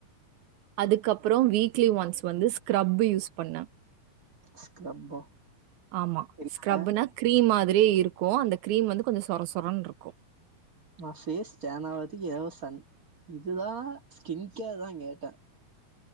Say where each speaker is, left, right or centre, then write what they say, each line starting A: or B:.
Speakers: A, on the right; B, on the right.
A: அதுக்கப்புறம் வீக்லி ஒன்ஸ் வந்து ஸ்கிரப்பு யூஸ் பண்ணு
B: ஸ்க்ரப்பா
A: ஆமா
B: இல்ல
A: ஸ்கரப்னா கிரீம் மாதிரியே இருக் கு அந்த கிரீம் வந்து கொஞ்சோ சொர சொரன்னு இருக்கும்
B: நான் ஃபேஸ் ஸ்டேன் ஆகுதுக்கு ஏதவ சன் இதுவா ஸ்கின் கேர் தான் கேட்டேன்